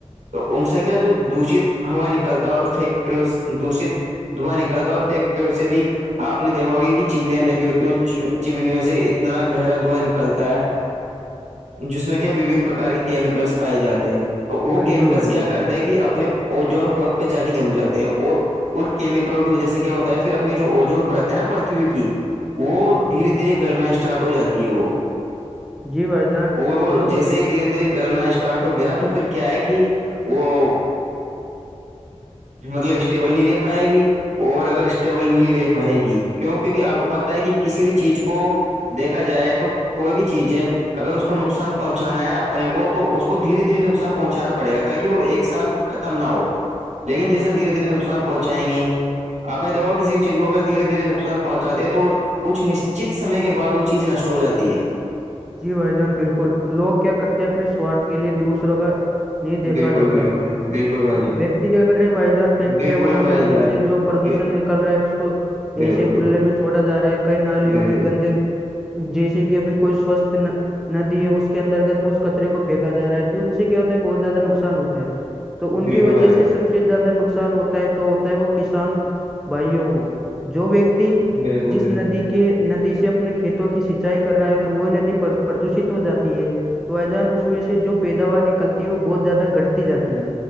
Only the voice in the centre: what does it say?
بالکل
بھائی
جان
جی بھائی جان
جو
جی بھائی جان بالکل لوگ کیا کرتے ہیں اپنے سوارھ کے لیے دوسروں کا نہیں دیکھا
جاتا
ویکتی کیا کر رہے بھائی جان فیکٹریاں
بنا
کر کے
ان سے جو پردوشن
ل رہا ہے اس کو
ایسے
کھلے میں چوڑا جا رہا ہے کئی نالیوں
میں گندے جیسے کہ ابھی کوئی سوستھ ندی ہے اس کے اندر گ تو اس کچرے کو پھییکا جا رہا ہے تو ان سے کیا ہوتا ہے بہت زیادہ نقصان ہوتا ہے تو ان
کی وجہ
سے سب سے سے زیادہ نقصان ہوتا ہے تو ہوتا ہے وہ کسان بھائیوں کو جو ویکتی
جس
ندی کے ندی سے اپنے کھیتوں کی سینچائی کر رہا ہے اگر وہ ندی پردوشت ہو جاتی ہے تو ا جان اس میں سے جو پیداوار نکلتی ہے وہ بہت زیادہ گھتی جاتی ہے